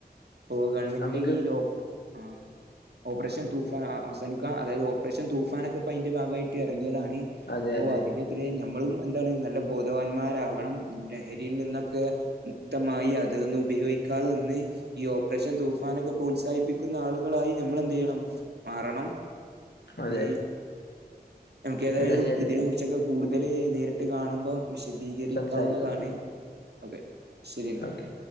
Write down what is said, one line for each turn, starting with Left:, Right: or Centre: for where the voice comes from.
Right: ഇപ്പൊ ഗവൺമെന്റിന്റെ
Left: നമുക്ക്
Right: കീഴ ആ ഓപ്പറേഷൻ തൂഫാൻ ആ അവസാനിക്കുക അതായത് ഓപ്പറേഷൻ തൂഫാനൻൊക്കെ ഇപ്പോൾ അതിന്റെ ഭാഗമായിട്ട് ഇറങ്ങിയതാണ്
Left: അതെ
Right: അപ്പോ
Left: അതെ
Right: അതിനെതിരെ നമ്മളും എന്താണ് നല്ല ബോധവാന്മാരാകണം ലഹരിയിൽ നിന്നൊക്കെ മുക്തമായി അത് ഉപയോഗിക്ക <unintelligible> ഈ ഓപ്പറേഷൻ തൂഫാനൊക്കെ പ്രോത്സാഹിപ്പിക്കുന്ന ആളുകളായി നമ്മൾ എന്ത് ചെയ്യണം മാറണം
Left: അതെ
Right: ഈ നമുക്ക് ഏതായാലും
Left: എന്നാ ശരി
Right: ഇതിനെ കുറിച്ചൊക്കെ കൂടുതൽ നേരിട്ട് കാണുമ്പോം വിശദീകരിക്കാവുന്നതാണ്
Left: സംസാരിക്കാം
Right: ഓക്കെ ശരി എന്നാ
Left: ഓക്കെ